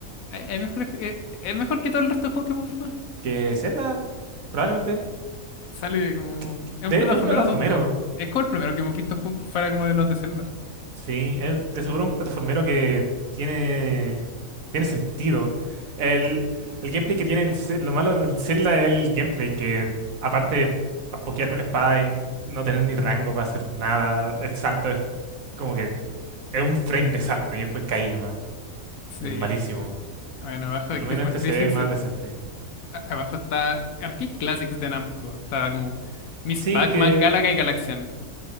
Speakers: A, on the left; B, on the right.
A: Hay, hay mejores- eh, es mejor que todo el resto de juegos que hemos visto.
B: Que Zelda, probablemente.
A: Sale como...
B: que- que-
A: Es un
B: de-
A: plataformero
B: es un plataformero.
A: 2D. Es como el primero que hemos visto jun- fuera como de los de Zelda.
B: Sí, es de seguro un plataformero que tiene, tiene sentido. El, el gameplay que tiene el, Ze- lo malo del Zelda es el gameplay que aparte de a pokear con la espada y n- no tener ni rango para hacer nada, el salto es como que es un frame de salto y después caí nomás.
A: Sí.
B: Es malísimo.
A: Bueno, abajo
B: Por
A: de
B: lo
A: Christmas
B: menos este
A: Crisis
B: se ve más decente.
A: a- abajo está Arcade Classics de Namco. Está como Miss
B: Sí,
A: Pac-Man,
B: que,
A: Galaga y Galaxian.